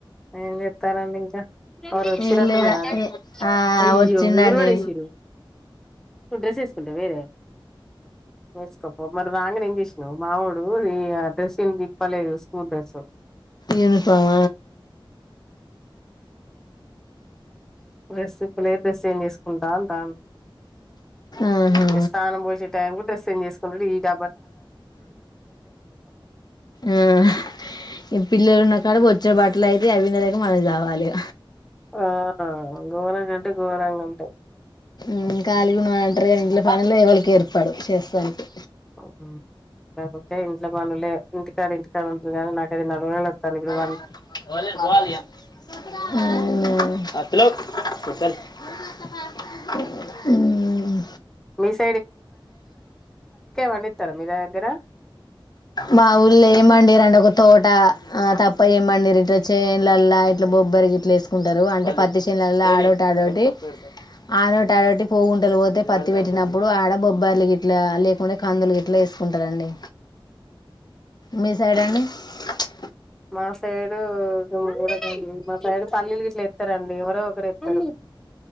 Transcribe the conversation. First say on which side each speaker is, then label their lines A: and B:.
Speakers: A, in the centre; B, on the left.
A: ఏం జేత్ తారండింక ఎవురో వచ్చిరటును
B: ఏం లేదా
A: గా
B: ఏ ఆ
A: అయ్యో
B: వచ్చిండండి
A: ఎవరు వాడేసిర్రు ను డ్రెస్స్ ఏసుకుంట వేరే, వేసుకోపో మ రాంగనే ఎంజెస్నవ్ మావొడు ఈ ఆ డ్రెస్స్ ఎం ఇప్పలేదు స్కూల్ డస్సు
B: ఇని ఫామ
A: డ్రెస్స్ ఇప్పలే డెస్సేంజ్ చేసుకుంటాంటా,
B: ఆహా
A: ఈ స్సానం పోజే టైం కూ డెస్సేంజెస్ ఫల్ రెడి ఈట
B: ఆ హ్ ఇ పిల్లలు ఉన్నకాడ బొచ్చడు బ ఇట్లైతే అవి వింనలేక మనం చవాలిగ
A: ఆ అ గోరంగ అంటే గోరంగ అంటయ్
B: ఉ కాలిగుంనం అంట్రరు యనీ ఇంట్లో పనిలే ఎవళికి ఏర్పాడవ్ చేస్సానికి
A: ఓమ్ కాపోత్తే ఇంట్లో వనులే ఇంటికాడ ఇంటికాడ ఇంగాని నాకు అది నలువనొత్తాంది నో
B: ఉ ఇక ఉ
A: మీస్ పండిస్తారా మీ దగ్గర
B: మా ఊళ్ళో ఏం పండియరండి ఒక తోట ఆ తప్ప ఏమండిరు ఇట చేన్ ల్లల ఇట్లా బొబ్బరి ఇట్ల ఏసుకుంటారు అంటే పత్తి చేన్ ల్లల ఆడోటి ఆడోటి, ఆడోటి ఆడోటి, పువ్వుంటలు పోతే పత్తి పెట్టినప్పుడు ఆడ బొబ్బార్లు గిట్ల లేకుండె కందులు ఇట్ల ఏసుకుంటరండి. మీ సైడండి. అ
A: మా సైడు <unintelligible> మా సైడు పల్ ఇట్ల ఎప్తరండి ఎవరో ఒకరు ఎప్తరు.